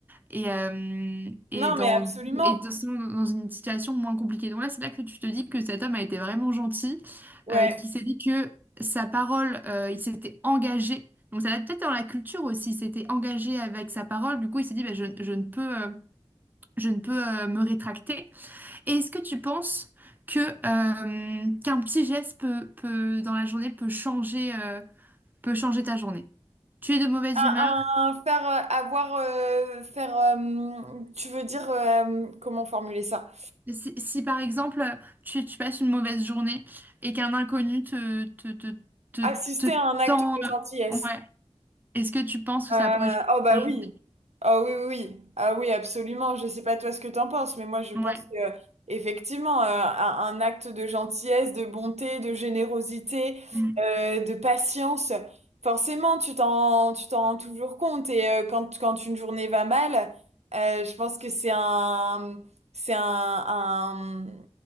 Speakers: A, on the right (about 15°); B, on the right (about 80°).
A: et, euh, et,
B: Non,
A: dans,
B: mais absolument.
A: et de- dans une situation moins compliquée. Donc là, c'est là que tu te dis que cet homme a été vraiment gentil,
B: Ouais.
A: euh, qui s'est dit que sa parole, euh, il s'était engagé. Donc ça va peut-être dans la culture aussi, il s'était engagé avec sa parole. Du coup, il s'est dit, bah, je, je ne peux, euh, je ne peux euh, me rétracter. Et est-ce que tu penses que, euh, qu'un petit geste peut, peut, dans la journée peut changer, euh, peut changer ta journée? Tu es de mauvaise
B: Un,
A: humeur?
B: un- faire euh, avoir euh, faire euh, tu veux dire euh, comment formuler ça?
A: Si, si, par exemple, tu, tu passes une mauvaise journée et qu'un inconnu te, te, te, te,
B: Assister
A: te
B: à un acte
A: tend,
B: de gentillesse.
A: ouais, est-ce que tu penses que
B: Euh,
A: ça pourrait changer
B: oh bah
A: ta journée?
B: oui. Oh oui, oui, oui. Ah oui, absolument. Je sais pas toi ce que t'en penses, mais moi je pense
A: Ouais.
B: que effectivement, euh, un, un acte de gentillesse, de bonté, de générosité,
A: Mm.
B: euh, de patience, forcément, tu t'en, tu t'en rends toujours compte. Et euh, quand, quand une journée va mal, euh, je pense que c'est un, c'est un, un-